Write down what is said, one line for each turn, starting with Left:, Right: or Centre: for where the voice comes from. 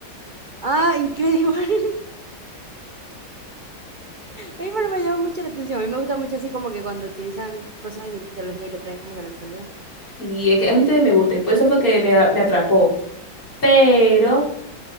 Right: Ah, increíble. <laughs> A mí pero me llama mucho la atención. A mí me gusta mucho así como que cuando utilizan cosas de mitología y lo traen como que a la actualidad.
Left: Sí, es que a mí también me gusta y por eso fue que me, me atrapó. Pero